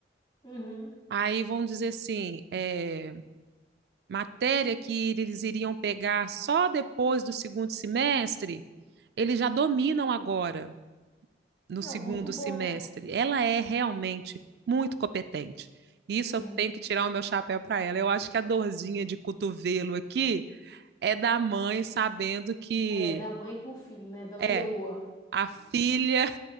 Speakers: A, on the left; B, on the right.
A: Uhum.
B: Aí vamos dizer assim, é, matéria que eles iriam pegar só depois do segundo semestre, eles já dominam agora no
A: É
B: segundo
A: um ponto bom,
B: semestre.
A: né?
B: Ela é realmente muito competente. Isso
A: Uhum.
B: eu tenho que tirar o meu chapéu para ela. Eu acho que a dorzinha de cotovelo aqui é da mãe sabendo que
A: É, da mãe com o filho, né? Da leoa.
B: é a filha